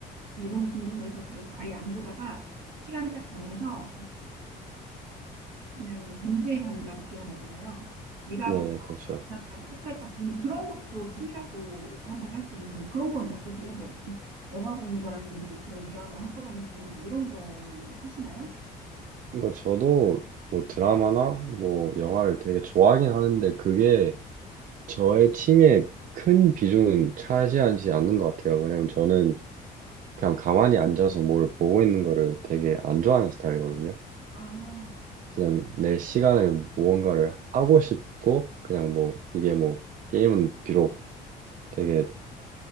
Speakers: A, on the right; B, on the right.
A: 이 너무 궁금해서 그래서 아예 안 보다가 시간을 딱 정해서 그냥 정주행한다고 표현하잖아요. 일화부터
B: 네, 그렇죠.
A: 1 0까지 끝까지 다 보는 그런 것도 취미라고 하면 할 수 있는데 뭐 그런 건 어떠세요? 뭐 영화 보는 거라든지 그런 드라마 한꺼번에 보는 거 이런 거는 뭐 하시나요?
B: 그러니까 저도 뭐 드라마나 뭐 영화를 되게 좋아하긴 하는데 그게 저의 취미에 큰 비중은 차지하지 않는 것 같아요. 왜냐면 저는 그냥 가만히 앉아서 뭐를 보고 있는 거를 되게 안 좋아하는 스타일이거든요.
A: 아,
B: 그냥 내 시간을 무언가를 하고 싶고 그냥 뭐 이게 뭐 게임은 비록 되게